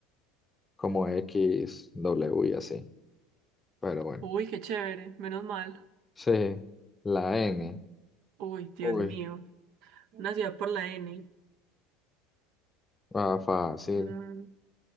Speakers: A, on the left; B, on the right.
A: como X, W y así. Pero bueno.
B: Uy, qué chévere, menos mal.
A: Sí, la N.
B: Uy, Dios
A: Uy,
B: mío. Una ciudad por la N.
A: ah, fácil.
B: Mm,